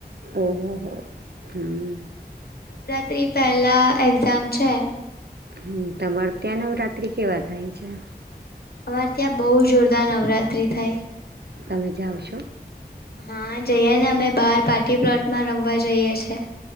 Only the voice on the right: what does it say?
ઓહો હો હમ.
હમ તમારે ત્યાં નવરાત્રી કેવા થાય છે?
તમે જાઓ છો?